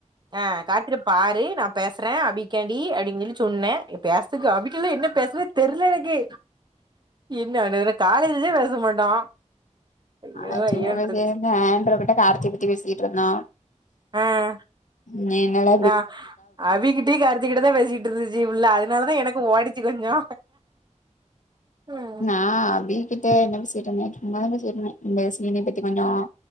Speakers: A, on the right (about 35°); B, on the left (about 85°).
A: ஆ கார்த்திரிப் பாரு நா பேசுற அபிக்காண்டி அப்டினு சொல்லி சொன்னே பேசுதக்கு அபிக்கில்ல என்ன பேசனே தெர்ல எனக் க்கு என்ன <unintelligible> காலேஜ்ல இருந்தே பேச மாட்டோ ஐயோ
B: அ சின்ன
A: ஐயோன்ருச்சு
B: வயசிலிருந்தே ஆண்ட்ரோ கிட்ட ஆர்த்தி பத்தி பேசிகிட்டு இருந்தோ
A: ம்
B: நீ என்னல
A: ஆ அபி கிட்டயு கார்த்தி கிட்ட தா பேசிட் ருந்துச்சு உள்ள அதனாலதா எனக்கு ஓடுச்சு கொஞ்சோ ம்
B: நா அபிகிட்ட என்ன பசிட்டு இருந்தே சும்மாதா பேச்சிடிருந்தே இந்த சீன பத்தி கொஞ்சோ